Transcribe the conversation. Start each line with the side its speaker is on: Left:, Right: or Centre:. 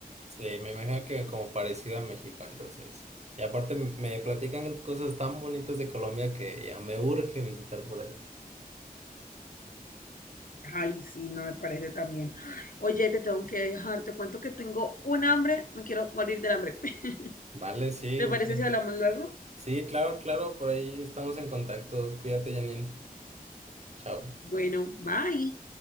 Right: Sí, me imagino que como parecido a México, entonces. Y aparte me platican cosas tan bonitas de Colombia que ya me urge visitar por ahí.
Left: Ay, sí, no me parece también. Oye, te tengo que dejar, te cuento que tengo un hambre, me quiero morir del hambre. <laughs>
Right: Vale, sí,
Left: ¿Te
Right: usted.
Left: parece si hablamos luego?
Right: Sí, claro, claro, por ahí estamos en contacto. Cuídate, Janine. Chao.
Left: Bueno, bye.